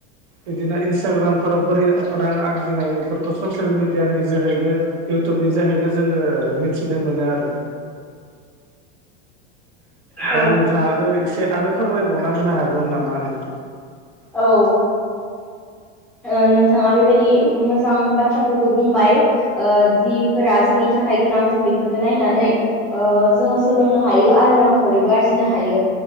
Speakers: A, on the right; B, in the centre.
A: बिदिनो इन्सटाग्रामफोराव बोरै रां आरजिनाय एफोरखौ ससियेल मिडियानि जोहैनो, इउटुबनि जोहैनो जोङो मिथिनो मो मोनो आरो।
B: औ
A: दा नोंथाङाबो एसे आरो फोरमायबावना होनो हागोन नामा आंनो
B: औ ओ नोंथाङा बेबायदि मोजां बाथ्राफोरखौ बुंबाय ओ जिफोरा जोंनि थाख थाखाय गोनां जों बेफोरखो नायनानै ओ जोङो सोलोंनो हायो आरो रांखावरिबो आरजिनो हायो।